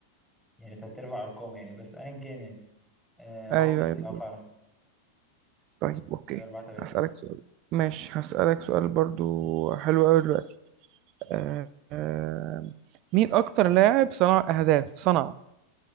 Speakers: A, in the centre; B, on the right (about 40°).
A: يعني تلات أرباع أرقامه يعني بس أيا كان يعني آه،
B: ايوه
A: هو ميسي
B: ايوه بالظبط
A: أه فعلا
B: طيب اوكي
A: كده أربعة تلاتة
B: هسالك سؤال ماشي هسالك سؤال برضو حلو قوي دلوقتي آه آه مين اكتر لاعب صنع اهداف صنع